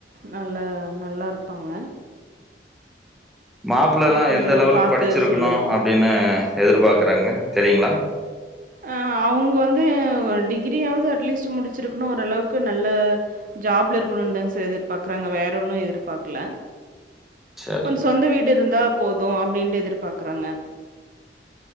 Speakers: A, on the right; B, in the centre.
A: நல்லா நல்லாருப்பாங்க
B: மாப்ள எல்லா
A: கொஞ்சம்
B: எந்த லெவலுக்கு
A: பாத்து
B: படிச்சுருக்கணு
A: சொல்லணும்.
B: அப்டினு எதிர்பாக்கறாங்க தெரியுங்ளா?
A: ஆ அவ்ங்க வந்து ஒரு டிகிரியாவது அட்லீஸ்ட் முடிச்சிருக்ணு ஓரளவுக்கு நல்ல ஜாப்ல இருக்கணுன் தாங் சார் எதிர்பாக்றாங்க வேறொன்னு எதிர்பாக்ல
B: சரிங்க,
A: கொஞ்ச சொந்த வீடு இருந்தா போது அப்டின்ட்டு எதிர்பாக்கறாங்க